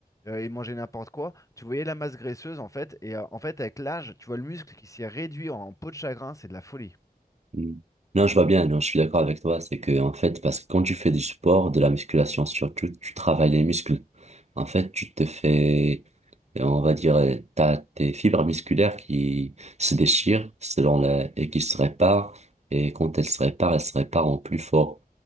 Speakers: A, on the left; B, on the right.
A: euh, et manger n'importe quoi. Tu voyais la masse graisseuse en fait, et euh, en fait avec l'âge, tu vois le muscle qui s'est réduit en peau de chagrin, c'est de la folie.
B: Mm. Non, je vois bien, non, je suis d'accord avec toi. C'est que, en fait, parce que quand tu fais du sport, de la musculation surtout, tu travailles les muscles. En fait, tu te fais, on va dire, euh, t'as tes fibres musculaires qui se déchirent selon la, et qui se réparent. Et quand elles se réparent, elles se réparent en plus fort.